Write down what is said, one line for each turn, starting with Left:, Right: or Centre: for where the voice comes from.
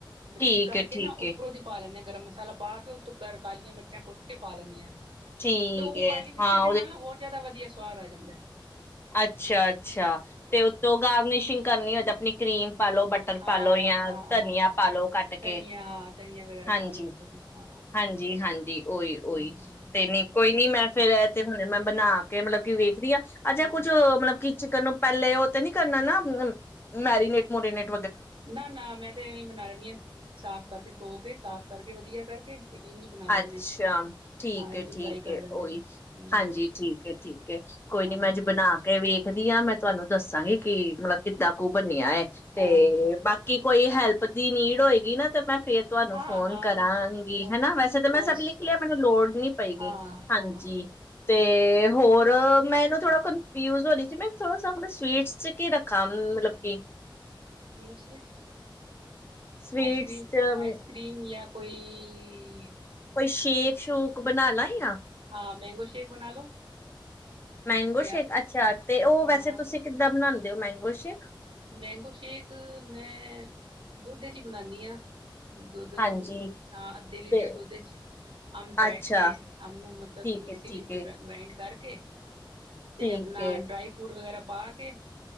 Right: ਬਰੀਕ
Left: ਠੀਕ
Right: ਕਰਕੇ
Left: ਏ-ਠੀਕ
Right: ਨਾ ਉੱਪਰੋਂ ਦੀ ਪਾ ਲੈਂਦੇ ਹਾਂ ਗਰਮ ਮਸਾਲਾ ਪਾ ਕੇ ਉੱਤੋਂ ਕਰ ਕਾਲੀਆਂ ਮਿਰਚਾਂ ਕੁੱਟ ਕੇ ਪਾ ਲੈਂਦੇ ਹਾਂ
Left: ਏ-ਠੀਕ
Right: ਤੇ ਉਹ ਕਾਲੀ
Left: ਏ
Right: ਮਿਰਚਾਂ
Left: ਹਾਂ
Right: ਦੇ ਨਾਲ ਨਾ ਹੋਰ ਜ਼ਿਆਦਾ ਵਧੀਆ <unintelligible> ਜਾਂਦਾ ਹੈ
Left: ਅੱਛਾ ਅੱਛਾ ਤੇ ਉੱਤੋਂ ਗਾਰਨੀਸ਼ਿੰਗ ਕਰਨੀ ਹੋਏ ਤਾਂ ਆਪਣੀ ਕਰੀਮ ਪਾਲੋ ਬਟਰ
Right: ਹਾਂ
Left: ਪਾਾਲੋ ਜਾਂ
Right: ਹਾਂ
Left: ਧਨੀਆ
Right: ਹਾਂ
Left: ਪਾਾਲੋ ਕੱਟ
Right: ਧਨੀਆ
Left: ਕੇ
Right: ਹਾਂ ਧਨੀਆ ਵਗੈਰਾ
Left: ਹਾਂਜੀ
Right: ਪਾ ਲੋ ਉੱਤੋਂ ਦੀ ਹਾਂ
Left: ਹਾਂਜੀ ਹਾਂਜੀ ਓਹੀ ਓਹੀ
Right: ਹੂੰ
Left: ਤੇ ਨਹੀਂ ਕੋਈ ਨੀ ਮੈਂ ਫੇਰ ਤੇ ਹੁਣ ਮੈਂ ਬਣਾ ਕੇ ਮਤਲਬ ਕਿ ਵੇਖਦੀ ਆ ਅੱਛਾ
Right: ਹੂੰ
Left: ਕੁੱਛ ਮਤਲਬ ਕਿ ਚਿਕਨ ਨੂੰ ਪਹਿਲੇ ਉਹ ਤੇ ਨੀ ਕਰਨਾ ਨਾ ਮੈਰੀਨੇਟ ਮੁਰੀਨੇਟ
Right: ਨਾ ਨਾ ਮੈਂ ਤੇ ਇਵੇਂ ਬਣਾ ਲੈਂਦੀ ਹਾਂ ਸਾਫ਼ ਕਰਕੇ ਧੋ ਕੇ ਸਾਫ਼ ਕਰਕੇ ਵਧੀਆ ਕਰਕੇ ਤੇ ਇੰਝ ਬਣਾ ਲੈਂਦੇ
Left: ਅੱਛਾ
Right: ਹਾਂ ਅਸੀਂ
Left: ਠੀਕ
Right: ਹਾਂ ਇੰਝ
Left: ਠੀਕ
Right: ਫਰਾਈ ਕਰ ਲੈਂਦੇ
Left: ਉਹੀ
Right: ਹਾਂ ਹੂੰ
Left: ਹਾਂਜੀ ਠੀਕ ਹੈ ਠੀਕ ਕੋਈ
Right: ਹਾਂ
Left: ਨੀ ਮੈਂ ਅੱਜ ਬਣਾ ਕੇ ਵੇਖਦੀ ਹ ਮੈਂ ਤੁਹਾਨੂੰ ਦੱਸ ਦੱਸਾਂਗੀ ਕਿ ਮਤਲਬ ਕਿੱਦਾਂ ਕੁੂ ਬਣਿਆ ਏ ਤੇ
Right: ਹਾਂ
Left: ਬਾਕੀ ਕੋਈ ਹੈਲਪ ਦੀ ਨੀਡ ਹੋਏਗੀ ਨਾ ਤੇ ਮੈਂ ਫੇਰ ਤੁਹਾਨੂੰ
Right: ਹਾਂ
Left: ਫੋਨ
Right: ਹਾਂ
Left: ਕਰਾਂਗੀ
Right: ਅਫਕੋਰਸ
Left: ਹਨਾ ਵੈਸੇ ਮੈਂ ਸਭ ਲਿਖ ਲਿਆ ਮੈਨੂੰ ਲੋੜ ਨੀ ਪਏਗੀ
Right: ਹਾਂ
Left: ਹਾਂਜੀ
Right: ਹਾਂ
Left: ਤੇ
Right: ਠੀਕ ਹੈ
Left: ਹੋਰ ਹੋਰ ਮੈਨੂੰ ਥੋੜਾ ਕਨਫਿਊਜ ਹੋਣੀ ਸੀ ਮੈਂ ਥੋੜਾ ਮਤਬ ਸਵੀਟਸ ਚ ਕੀ ਰੱਖਾ ਮਤਲਬ ਕਿ
Right: ਸਵੀਟਸ ਵਿੱਚ
Left: ਸਵੀਟਸ
Right: ਆਈਸ ਕਰ੍ਰੀਮ
Left: ਚ ਅਮ,
Right: ਆਈਸ ਕਰ੍ਰੀਮ ਯਾਂ ਕੋਈ <unintelligible>
Left: ਕੋਈ ਸ਼ੇਕ ਸ਼ੂਕ ਬਣਾ ਲਾ ਯਾ
Right: ਹਾਂ ਮੈਂਗੋ ਸ਼ੇਕ ਬਣਾ ਲੋ
Left: ਮੈਂਗੋ
Right: ਜਾਂ
Left: ਸ਼ੇਕ ਅੱਛਾ ਤੇ ਉਹ
Right: ਹਾਂ
Left: ਵੈਸੇ ਤੁਸੀਂ ਕਿੱਦਾਂ ਬਣਾਉਦੇ ਮੈਂਗੋ ਸ਼ੇਕ
Right: ਮੈਂਗੋ ਸ਼ੇਕ ਮੈਂ ਦੁੱਧ ਚ ਹੀ ਬਣਾਉਦੀ ਹਾਂ ਦੁੱਧ ਨੂੰ
Left: ਹਾਂਜੀ।
Right: ਹਾਂ ਅੱਧੇ ਲੀਟਰ
Left: ਤੇ
Right: ਦੁੱਧ ਚ ਅੰਬ ਫੈਟ
Left: ਅੱਛਾ
Right: ਕੇ ਅੰਬ ਨੂੰ ਮਤਲਬ
Left: ਠੀਕ
Right: ਕਿ ਮਿਕਸੀ
Left: ਹੈ, ਠੀਕ
Right: ਵਿੱਚ
Left: ਹੈ,
Right: ਗ੍ਰਾਇੰਡ ਕਰਕੇ ਕੇ ਤੇ
Left: ਠੀਕ
Right: ਆਪਣਾ
Left: ਹੈ।
Right: ਡਰਾਈ ਫਰੂਟ ਵਗੈਰਾ ਪਾ ਕੇ